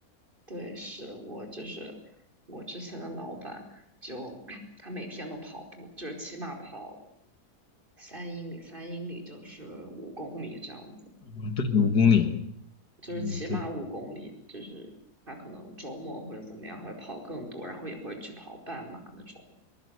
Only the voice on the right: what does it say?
对，是我就是我之前的老板就 <coughs> <clears throat> 他每天都跑步，就是起码跑三英里，三英里就是五公里这样子，
就是起码五公里，
就是他可能周末或者怎么样会跑更多，然后也会去跑半马那种。